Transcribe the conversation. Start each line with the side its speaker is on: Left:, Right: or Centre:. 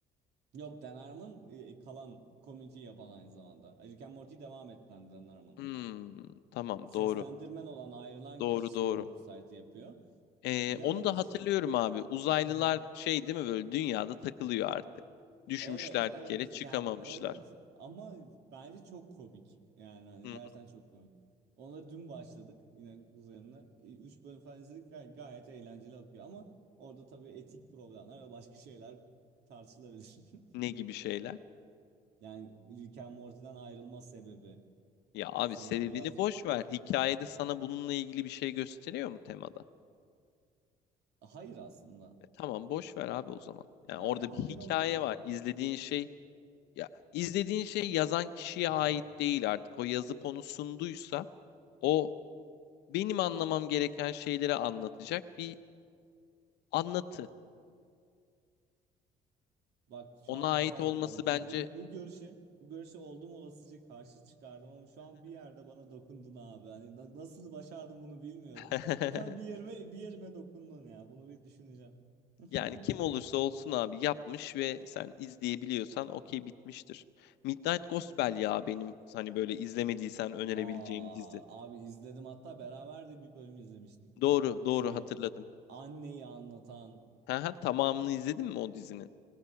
Right: Yok Dan Harmon e, kalan community'yi yapan aynı zamanda. Rick and Morty'yi devam ettiren Dan Harmon.
Left: Hmm, tamam
Right: Seslendirmen
Left: doğru.
Right: olan ayrılan
Left: Doğru
Right: kişi
Left: doğru.
Right: Solar Society yapıyor.
Left: Ee,
Right: Ve
Left: onu
Right: aynı
Left: da
Right: ş-
Left: hatırlıyorum abi. Uzaylılar
Right: <laughs>
Left: şey değil mi böyle dünyada takılıyor artık. Düşmüşler
Right: Evet evet
Left: bir kere çıkamamışlar.
Right: yani evet ama bence çok komik yani hani
Left: Hı
Right: gerçekten
Left: hı.
Right: çok komik. Ona dün başladık yine üzerine E, üç bölüm falan izledik gay- gayet eğlenceli akıyor ama orada tabii etik problemler ve başka şeyler tartışılabilir.
Left: Ne
Right: <laughs>
Left: gibi şeyler?
Right: Yani Rick and Morty'den ayrılma sebebi
Left: Ya abi
Right: sanırım
Left: sebebini
Right: birazcık
Left: boş ver. Hikayede sana bununla ilgili bir şey gösteriyor mu temada?
Right: Hayır aslında.
Left: E, tamam boş ver abi o zaman. Yani
Right: Ama
Left: orada
Right: ama
Left: bir hikaye
Right: bir noktada
Left: var. İzlediğin şey ya izlediğin şey yazan kişiye
Right: <laughs>
Left: ait değil artık. O yazıp onu sunduysa o benim anlamam gereken şeyleri anlatacak bir anlatı.
Right: bak şu
Left: Ona
Right: an güzel
Left: ait olması
Right: ifade ettim.
Left: bence
Right: Bu, bu görüşe bu görüşe oldum olasıca karşı çıkardım ama şu an bir yerde bana dokundun abi. Hani na- nasıl başardım bunu bilmiyorum.
Left: <laughs>
Right: <laughs> ha bir yerime bir yerime dokundun ya. Bunu bir düşüneceğim. <laughs>
Left: yani kim olursa olsun abi yapmış ve sen izleyebiliyorsan okey bitmiştir. Midnight Gospel ya benim hani böyle izlemediysen önerebileceğim
Right: Aa
Left: dizi.
Right: abi izledim hatta beraber de bir bölüm izlemiştik.
Left: Doğru,
Right: A-
Left: doğru
Right: Şey
Left: hatırladım.
Right: anneyi anlatan
Left: <laughs> Haha, Tamamını izledin mi o dizinin?